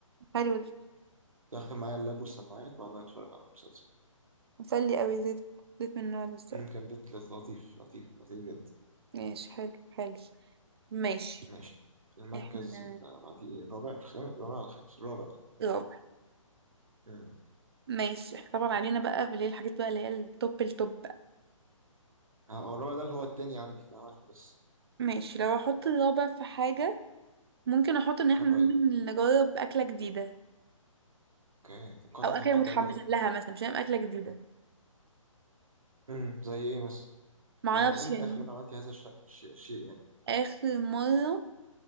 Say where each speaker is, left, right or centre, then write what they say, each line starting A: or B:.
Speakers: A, on the right; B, on the right.
A: حلو ده
B: كنت داخل معايا اللاب والسماعات وقعدنا نتفرج على المسلسل
A: مسلي قوي زيت زيت من النوع ده الصراحة
B: أمم، كان ديت لط- لطيف لطيف لطيف جدا
A: ماشي حلو حلو ماشي
B: ماشي المركز
A: احنا
B: اللي بعديه إيه؟ الرابع الخامس الرابع ولا الخامس الرابع
A: رابع
B: أمم.
A: ماشي احنا طبعا علينا بقى اللي هي الحاجات بقى اللي هي التوب التوب بقى
B: ها، هو الرابع ده اللي هو التاني عندي فاهم عشان بس
A: ماشي لو احط الرابع في حاجة ممكن احط ان احنا
B: كرايت
A: ننزل نجرب اكلة جديدة
B: اوكي توقعت
A: او
B: تحطي
A: اكلة متحمسة
B: كرايت
A: لها مثلا مش هنعمل اكلة جديدة
B: أمم، زي ايه مثلا
A: معرفش
B: يعني امتى
A: يعني
B: اخر مرة عملتي هذا الشيء الشيء يعني
A: اخر مره